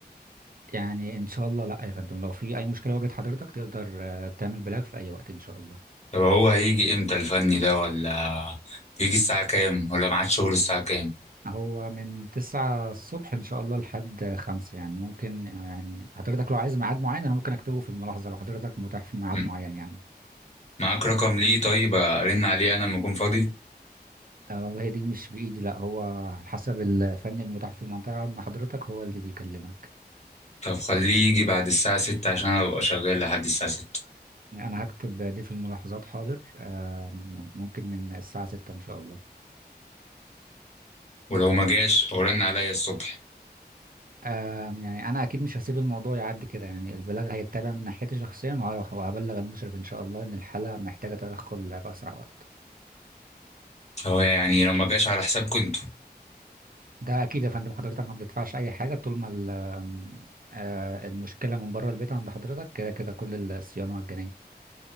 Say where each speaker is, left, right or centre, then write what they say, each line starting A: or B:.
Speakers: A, on the right; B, on the left.
A: يعني ان شاء الله لا يا فندم لو في اي مشكله واجهت حضرتك تقدر آه، تعمل بلاغ في اي وقت ان شاء الله
B: طب هو هيجي امتى الفني ده ولا يجي الساعة كام ولا معاد شغل الساعة كام
A: هو من 9 الصبح ان شاء الله لحد 5 يعني ممكن يعني حضرتك لو عايز ميعاد معين انا ممكن اكتبه في الملاحظه لو حضرتك متاح في ميعاد
B: م-
A: معين يعني
B: معاك رقم ليه طيب ارن عليه انا لما اكون فاضي
A: آه والله دي مش بإيدي لا هو على حسب الفني المتاح في المنطقة عند حضرتك هو اللي بيكلمك
B: طب خليه يجي بعد الساعة ستة عشان أنا ابقى شغال لحد الساعة ستة
A: أنا هكتب دي في الملاحظات حاضر آم، ممكن من الساعة ستة إن شاء الله
B: ولو ما جاش هو رن عليا الصبح
A: آم، يعني أنا أكيد مش هسيب الموضوع يعدي كده يعني البلاغ هيتبع من ناحيتي شخصيا وه- وهبلغ المشرف إن شاء الله إن الحالة محتاجة تدخل بأسرع وقت
B: هو يعني لو ما جاش على حسابكم انتوا
A: ده أكيد يا فندم حضرتك ما بتدفعش أي حاجة طول ما ال- آم، آه، المشكلة من بره البيت عند حضرتك كده كده كل الصيانة مجانية